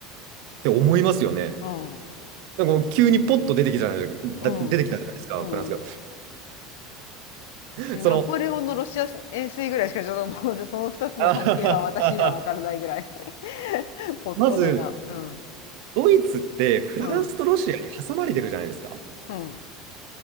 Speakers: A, on the right; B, on the left.
A: て思いますよね。
B: うん。
A: なんかもう急にポッと出てきたじゃないだ出てきたじゃないですか、
B: うん。うん。
A: フランスが。
B: でナポレオンのロシア遠征ぐらいしかちょっともうその2つの関係は私には分からないぐらい
A: その、あははは
B: <laughs> ポットでな。
A: まず、
B: うん。
A: ドイツってフランスとロシアに挟まれてるじゃないですか。
B: うん、うん、